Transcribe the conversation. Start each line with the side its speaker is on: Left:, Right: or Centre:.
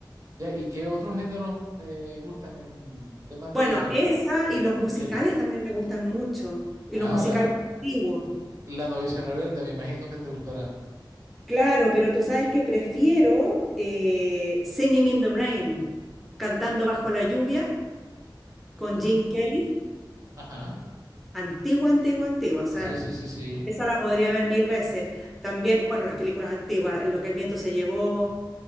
Right: Ya, ¿y qué otros géneros te gustan en temas de,
Centre: Bueno, esa
Right: de,
Centre: y los musicales
Right: de película?
Centre: también me gustan mucho, y
Right: Ah,
Centre: los musicales
Right: la,
Centre: antiguos.
Right: la novicia rebelde, me imagino que te gustará.
Centre: Claro, pero tú sabes que prefiero eh, Singing in the Rain, cantando bajo la lluvia con
Right: Mm,
Centre: Gene Kelly,
Right: ajá,
Centre: antigua, antigua, antigua. O sea,
Right: sí, sí, sí, sí.
Centre: esa la podría ver mil veces. También, bueno, las películas antiguas, Lo que el viento se llevó,